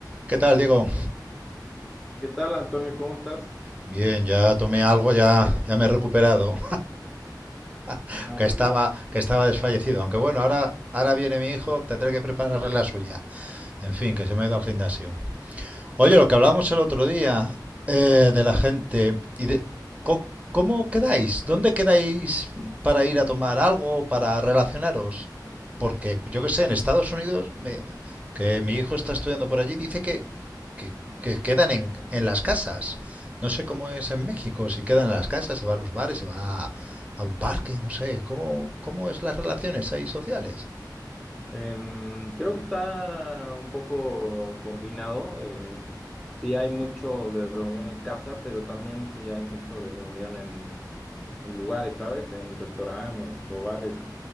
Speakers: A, on the right (about 20°); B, in the centre.
A: ¿Qué tal, Diego?
B: ¿Qué tal, Antonio? ¿Cómo estás?
A: Bien, ya tomé algo, ya, ya me he recuperado, <laughs>
B: Hola,
A: que
B: muy
A: estaba,
B: bien.
A: que estaba desfallecido. Aunque bueno, ahora, ahora viene mi hijo, tendré que prepararle la suya. En fin, que se me ha ido al gimnasio. Oye, lo que hablamos el otro día eh, de la gente y de co- cómo quedáis, dónde quedáis para ir a tomar algo, para relacionaros, porque yo que sé, en Estados Unidos, me- que mi hijo está estudiando por allí, dice que, que, que quedan en, en las casas. No sé cómo es en México, si quedan en las casas, se va a los bares, se va a, a un parque, no sé. ¿Cómo, cómo es las relaciones ahí sociales?
B: Em, creo que está un poco combinado. eh, sí hay mucho de reunión en casa, pero también sí hay mucho de reunión en, en lugares, ¿sabes? En restaurantes o bares.